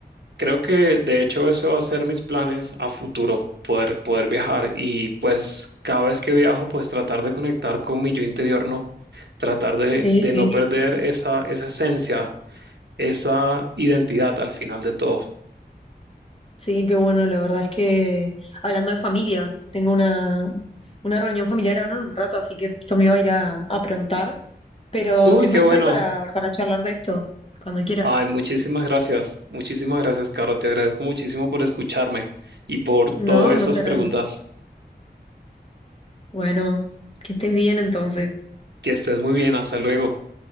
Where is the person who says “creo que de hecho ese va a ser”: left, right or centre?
Right